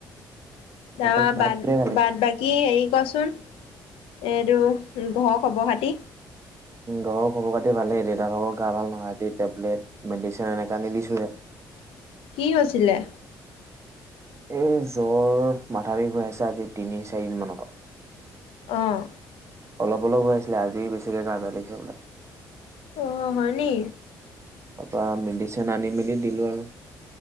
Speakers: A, on the right; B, on the left.
A: তাৰপা
B: না বাদ
A: ভাত কিহে খালি?
B: বাদ বাকী হেৰি কচোন। এইটো ঘৰ খবৰ খাতি।
A: ঘৰৰ খবৰ পাতি ভালেই দেউতা ভাকৰ গা ভাল নহয় আজ টেবলেট মেডিচিন এনেকা আনি দিছোঁহে।
B: কি হৈছিলে?
A: এই জ্বৰ মাথা বিষ হৈ আছে আজি তিনি চাৰিদিন মানৰ পৰা
B: আহ
A: অলপ অলপ হৈ আছিলে আজি বেছিকে গা বেয়া লাগিছে বোলে।
B: অ হয় নি।
A: তাৰপৰা মেডিচিন আনি মেলি দিলোঁ আৰু।